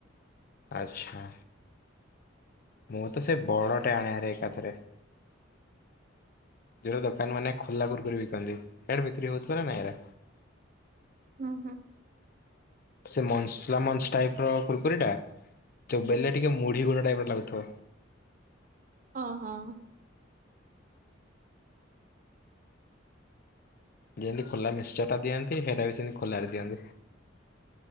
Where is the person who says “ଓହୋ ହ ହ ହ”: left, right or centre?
Right